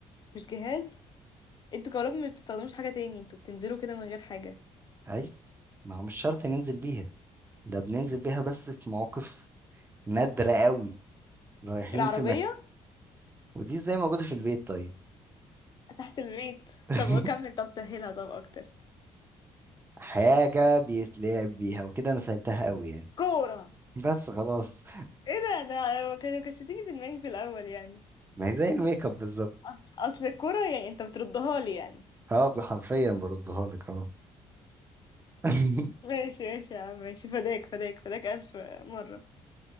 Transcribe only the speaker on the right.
أيوة ما هو مش شرط ننزل بيها ده بننزل بيها بس في مواقف نادرة قوي رايحين
في مكة ودي ازاي موجودة في البيت طيب
<laughs>
حاجة بيتلعب بيها وكده أنا سألتها قوي يعني
بس خلاص
<laughs> ما هي زي الميك اب بالظبط
اه حرفيا بردها لك اه <laughs>